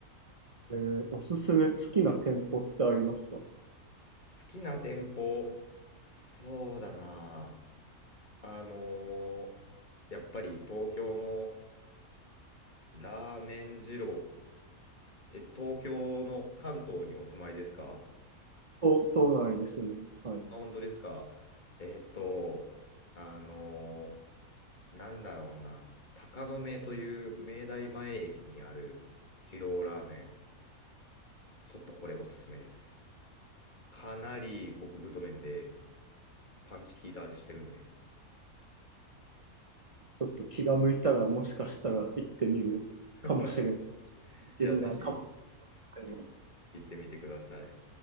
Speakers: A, on the right; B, on the left.
A: えーおすすめ、好きな店舗ってありますか
B: 好きな店舗、そうだな。あのーやっぱり東京のラーメン二郎、え、東京の関東にお住まいですか
A: 都、都内に住んでます。はい。
B: あ、本当ですか。えーっと、あのーなんだろうな。鷹の目という明大前駅にある二郎ラーメン。ちょっとこれおすすめです。かなり極太麺で、パンチ効いた味してるんで。
A: ちょっと気が向いたら、もしかしたら行ってみるかもしれないし行ってみないかも
B: <laughs> いや、ぜひ、
A: しれないですけど。
B: い行ってみてください。